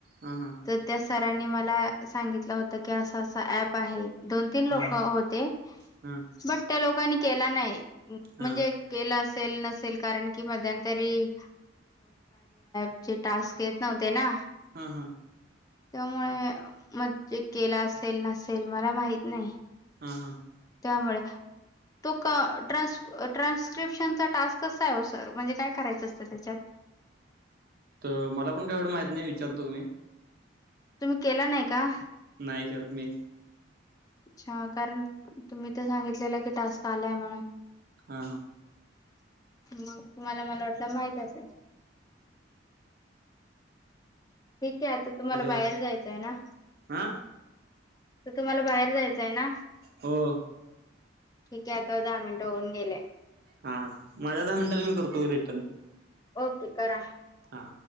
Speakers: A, on the right (about 50°); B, on the left (about 20°).
A: हा हा <inaudible>
B: तर त्या सरांनी मला सांगितलं होतं अस अस प आहे दोन तीन लोक
A: हा हा
B: होते <inaudible>
A: हा
B: ब त्या लोक नी केला <inaudible> नाही म्हणजे
A: हा
B: के कारण क मरी <inaudible> चे टास्क येत नव्हते ना <inaudible>
A: हहाा <inaudible>
B: <inaudible> त्यामुळे मजे केला असेल नसेल मला माहित नाही
A: हा हा <inaudible>
B: त्यामुळे तो ट्रान्रप्शन टास्क कस आहे सर म्हणजे का--? करायचं असतं त्याच्यात?
A: तर मला पण काय एवढं माहित नाही विचारतो मी
B: तुम्ही केला नाही का?
A: नाही करत मी
B: अच्छा कारण तुम्ही तर सांगितलेलं कि टास्क आलाय म्हणून?
A: हा हा
B: मग तुम्हाला मला वाटलं माहित असेल ठीक आहे आता तुम्हाला
A: हॅलो
B: बाहेर जायचं आहे ना?
A: हा
B: तर तुम्हाला बाहेर जायचं आहे ना?
A: हो
B: ठीक आहे आता दहा मिनिटं होऊन गेले
A: हा माझ्या दहा मिनटाला मी करतो रिटर्न
B: ओके करा
A: हा